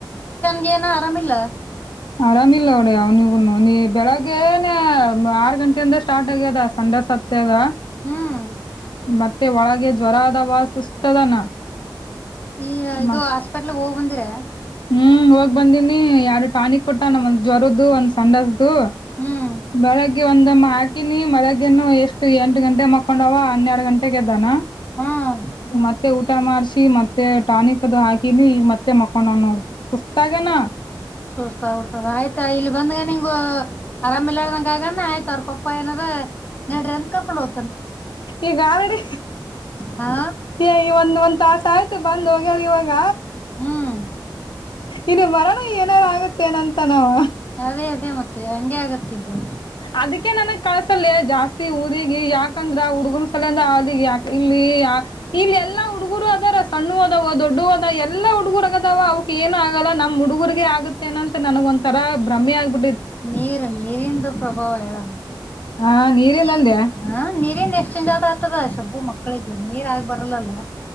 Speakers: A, on the left; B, on the left.
A: ನೀ ಏನ ಆರಾಮಿಲ್ಲ.
B: ಆರಾಮ ಇಿಲ್ಲ ನೋಡಿ ಅವ್ನಿಗೂನು ನೀ ಬೆಳಗ್ಗೆನೆ ಆರ್ ಗಂಟೆ ಅಂದ ಸ್ಟಾರ್ಟ್ ಆಗ್ಯದ ಸಂಜೆ. ಸತ್ಯದ
A: ಹ್ಮ್
B: ಮತ್ತೆ ಒಳಗೆ ಜ್ವರ ಅದ ವ ಸುಸ್ತದನ.
A: ಈ ಇದು
B: ಮತ್
A: ಹಾಸ್ಪಿಟ್ಲ್ಗ್ ಹೋಗ್ ಬಂದಿರ.
B: ಹ್ಮ್ ಹೋಗ್ ಬಂದೀಿನಿ ಯಾರು ಟಾಣಿಕ್ ಕೊಟ್ಟ ನಮ್ ಒಂದ್ ಜ್ವರದ್ದು ಒಂದ್ ಸಂಡಸ್ದು.
A: ಹ್ಮ್
B: ಬೆಳಗ್ಗೆ ಒಂದಮ್ಮ ಹಾಕಿನಿ ಮಳಗ್ಗೆನು ಎಷ್ಟು ಎಂಟು ಗಂಟೆ ಮಕೊಂಡವ ಹನ್ನೆರಡು ಗಂಟೆಗೆದ್ದಾನ.
A: ಹ್ಮ್
B: ಮತ್ತೆ ಊಟ್ಟ. ಊಟ ಮಾಡಸಿ ಮತ್ತೆ ಟಾನಿಕ್ದು ಹಾಕಿನಿ ಮತ್ತೆ ಮಕೊಂಡ ನೋಡು ಸುಸ್ತಾಗ್ಯಾನ್.
A: ಸೂಸ್ತಾ ಬಿಡ್ತದ ಆಯ್ತಾ ಇಲ್ಲಿ ಬಂದಗ ನಿಂಗ ಆರಾಮ ಇಲ್ಲಾರ್ದ್ ಕಗನೇ ಆಯ್ತ್ ಅವ್ರ್ ಪಪ್ಪಾ ಏನಾರ್ ನೆಡ್ರೆ ಅಂತ ಕರ್ಕೊಂಡು ಹೊ
B: ಈಗ್ ಆಲೆಡಿ
A: ಹಾ
B: ಏಯ್ ಒಂದ್ ಒಂದ್ ತಾಸ್. ಆಯ್ತು ಬಂದ್ ಹೋಗ್ಯಾರ್ ಇವಾಗ.
A: ಹ್ಮ್
B: ಇಲ್ಲಿ ಮರಣ ಏನಾರು ಆಗುತ್ತೆ ಏನಂತ ನಾವು.
A: ಅದೇ ಅದೇ ಮತ್ತೆ ಹಂಗೆ ಆಗತ್ತ ಈಗ
B: ಅದಿಕೆ ನನಗ್ ಕಳಸಲ್ಲೆ ಜಾಸ್ತಿ ಊರಿಗೆ ಯಾಕಂದ್ರ ಹುಡುಗನ ಸಲ ಅಂದ ಅ ಯಾ ಇಲ್ಲಿ ಇಲ್ಲಿ ಎಲ್ಲಾ ಹುಡುಗರು ಅದರ ಸ್ ಸಣ್ಣುವದವ ದೊಡ್ಡುವದ ಎಲ್ಲ. ಹುಡುಗುರಗ ಅದಾವ ಅವಕ್ ಏನು ಆಗಲ್ಲ ನಮ್ಮ ಹುಡುಗುರಿಗೆ ಆಗುತ್ತೇನಂತ ನನಗ ಒಂಥರ ಭ್ರಮೆ ಆಗ್ಬಿಟ್ಟ್
A: ನೀರ್ ನೀರಿಂದು ಪ್ರಭಾವ ಹೇಳದು
B: ಹಾ ನೀರಿಂದಂದೆ
A: ನೀರ್ ಹ ನೀರಿಂದ್ ನೀರ್ ಚೆಂಜ್ ಆದಾತದ ಸ್ವಲ್ಪ ಮಕ್ಕಳಿಗೆ ನೀರ್ ಆಗ್ ಬರಲಲ್ಲ.